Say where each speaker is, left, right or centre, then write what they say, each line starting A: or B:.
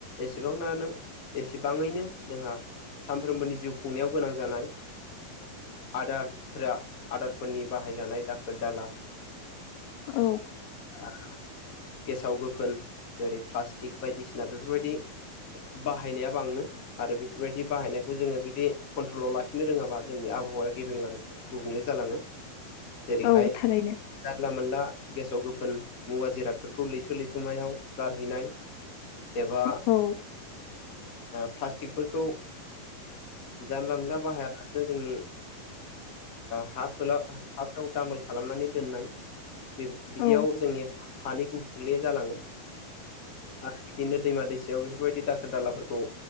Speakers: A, on the left; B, on the left.
A: एसेबांानो एसेबाङैनो जोंहा सानफ्रोमबोनि जिउ खुंनायाव गोनां जानाय आदारफोरा आदारफोरनि बाहायजानाय दाखोर दाला
B: औ
A: अ गेसाव गोफोन जेरै प्लास्टिक बायदिसिना बेफोरबायदि बाहायनाया बाङो आरो बेफोरबायदि बाहायनायखौ जोंङो जुदि कन्ट्रलाव लाखिनो रोंङाबा जोंनि आबहावाया गेब्रेंलाङो गुबुंले जालांङो जेरैहाय
B: औ थारैनो
A: जानला मोनला गेसाव गोफोन मुवा जिरादफोरखौ लैथो लैथोमायाव गारहैनाय एबा
B: औ औ
A: प्लास्टिकफोरखौ जानला मोनला बाहायालासिनो जोंनि हा हाफ्राव दामोल खालामनानै दोननाय बिदियाव
B: औ
A: जोंनि हानि गुबुंले जालाङो आरो बिदिनो दैमा दैसायाव बेफोरबायदि दाखोर दालाफोरखौ